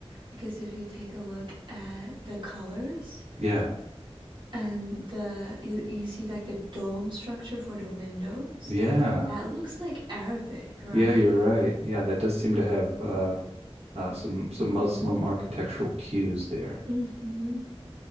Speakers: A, on the right; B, on the right.
A: because if you take a look at the colors
B: Yeah,
A: and the you, you see like the dome structure for the windows,
B: yeah,
A: that looks like Arabic, right?
B: yeah. You're right. Yeah, that does seem to have uh, uh, some some Muslim architectural cues there.
A: Mm-hmm.